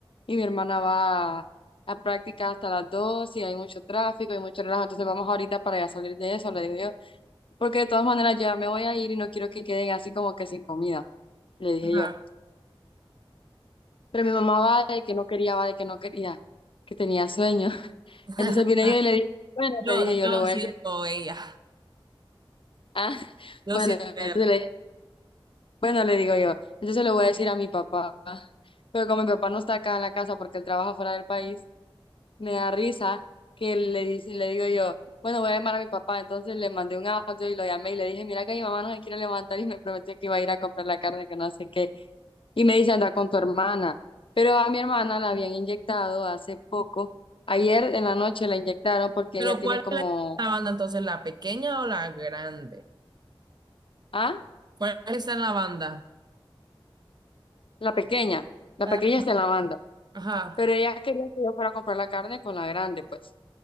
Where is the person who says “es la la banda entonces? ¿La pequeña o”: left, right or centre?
Right